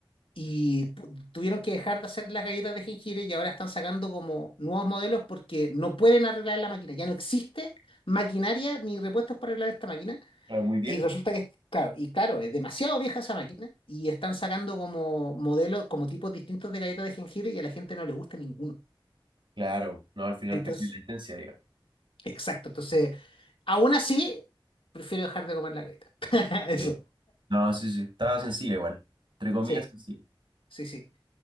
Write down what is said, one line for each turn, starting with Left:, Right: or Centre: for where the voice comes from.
Left: Y pu- tuvieron que dejar de hacer las galletas de jengibre y ahora están sacando como nuevos modelos porque no pueden arreglar la máquina. Ya no existe maquinaria ni repuestos para arreglar esta máquina.
Right: Ah, muy vieja.
Left: Y resulta que, claro, y claro, es demasiado vieja esa máquina y están sacando como modelos, como tipos distintos de galletas de jengibre y a la gente no le gusta ninguno.
Right: Claro, no, al final
Left: Entonces,
Right: cambia la esencia, digamos.
Left: exacto. Entonces, aún así, prefiero dejar de comer la galleta. <laughs> Eso.
Right: Bien. No, sí, sí, estaba sencilla igual. Entre comillas,
Left: Sí,
Right: sencilla.
Left: sí, sí.